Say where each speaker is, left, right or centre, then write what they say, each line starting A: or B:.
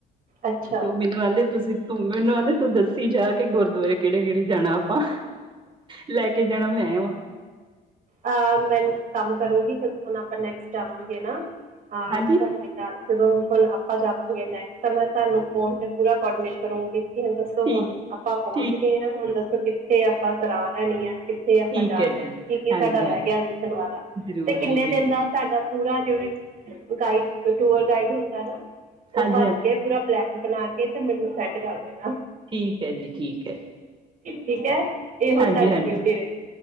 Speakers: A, on the right; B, on the right.
A: ਅੱਛ।
B: ਤੇ ਉਹ ਮੈਨੂੰ ਆਂਦੇ ਤੁਸੀਂ ਤੂੰ ਮੈਨੂੰ ਆਂਦੇ ਤੂੰ ਦੱਸੀ ਜਾ ਕੇ ਗੁਰਦੁਆਰੇ ਕਿਹੜੇ -ਕਿਹੜੇ ਜਾਣਾ ਆਪਾਂ। ਲੈ ਕੇ ਜਾਣਾ ਮੈਂ ਵਾਂ।
A: ਅਹ ਮੈਂ ਕੰਮ ਕਰੂੰਗੀ ਜਦੋਂ ਹੁਣ ਆਪਾਂ ਨੈਕਸਟ ਆਵਾਂਗੇ ਨਾ ਹਾਂ।
B: ਹਾਂਜੀ
A: ਨਾਲ ਜਦੋਂ ਹੁਣ ਆਪਾਂ ਜਾਵਾਂਗੇ ਨੈਕਸਟ ਮੈਂ ਤੁਹਾਨੂੰ ਫੋਨ ਤੇ ਪੂਰਾ ਕੋਰਡੀਨੇਟ ਕਰੂੰਗੀ। ਹ ਦੱਸੋ
B: ਠੀਕ
A: ਹੁਣ ਆਪਾ ਪਹੁੰਚ
B: ਠੀਕ
A: ਗਏ ਹਾਂ ਹੁਣ ਦੱਸੋ ਕਿੱਥੇ ਆਪਾ ਸਰਾਂ ਲੈਣੀ ਹ, ਕਿੱਥੇ ਆਪਾਂ
B: ਠੀਕ
A: ਜਾ
B: ਹੈ ਹਾਂਜੀ
A: ਸਾਡਾ ਰਹਿ
B: ਹਾਂਜੀ
A: ਗਿਆ ਵੇਖਣ ਵਾਲਾ
B: ਜ਼ਰੂਰ
A: ਤੇ ਕਿੰਨੇ
B: ਜੀ ਜ਼ਰੂਰ
A: ਦਿਨ ਦਾ ਸਾਡਾ ਪੂਰਾ ਜਿਵੇ ਗਾਈਡ ਟੂਅਰ ਗਾਈਡ ਹੁੰਦਾ ਨਾ ਉਹ
B: ਹਾਂਜੀ
A: ਬੰਦ
B: ਹਾਂਜੀ
A: ਏ ਪੂਰਾ ਪਲੈਨ ਬਣਾ ਕੇ ਤੇ ਮੈਨੂੰ ਸੈਂਡ ਕਰ ਦੇਣਾ।
B: ਠੀਕ ਹੈ ਜੀ ਠੀਕ ਹੈ,
A: ਠੀਕ ਹੈ ਇਹ ਹੁਣ
B: ਹਾਂਜੀ-ਹਾਂਜੀ।
A: ਤੁਹਾਡੀ ਡਿਊਟੀ ਰਹੀ